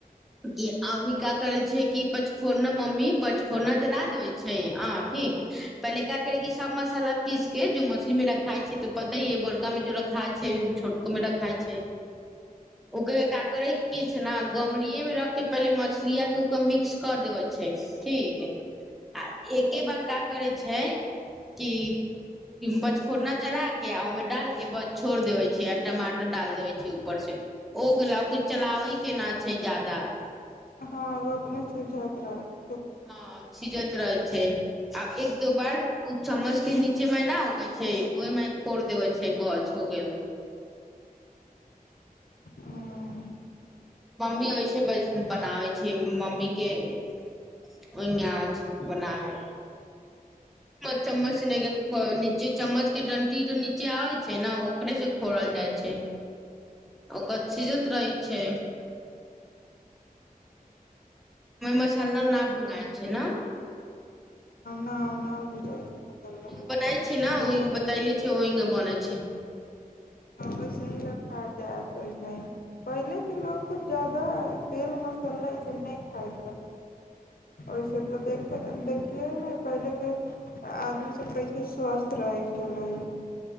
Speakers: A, in the centre; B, on the left (about 80°).
A: कि अभी का करय छै कि पचफोरना मम्मी पचफोरना जला देबे छै हँ ठीक पहिले का करी के सब मसाला पीस के जे मछली में रखाइ छै तऽ पता इ अइ जे बड़का में जो रखाय छै छोटको में रखाय छै ओकरे का करय छै न गमरी मे रख के पहले म मछलिया के ओकर मिक्स कर देबे छै ठीक आ एके बार का करै छै कि पचफोड़ना जरा के आ ओहि में डाल के बस छोड़ देवय छै आर टमाटर डाल देबे छै ऊपर से हो गेलौ और कुछ चलाबै केना छै ज्यादा
B: हँ ओ अपने सिझइत रहैत
A: हँ सिझइत रहै छै आ एक दो बार चम्मच के नीचे मे न होखै छै ओहि मे खोर देवे छै बस हो गेल
B: हँ
A: मम्मी ओये से बनाबै छै मम्मी के ओहिना आबय छै बनाबे चम्मच चम्मच ने निचे चम्मच के दंटी जे नीचे आवे छै ने ओकरे से खोरल जाय छै ओकर सीझईत रहै छै ओमे मसाला न भूंगाय छै ने
B: न न बुझाइ छै मसल्ला
A: बनाय छी ने
B: वैसे
A: ओये बतइली ओहिंग बनेै छै
B: वैसे ही रखा जायत पहिले के लोक सब जादा तेल मसाला ई सब नहि खाइ ओहिस तऽ देख देखियै ने पहिले के आदमी सब कैसे स्वस्थ रहै छै हूं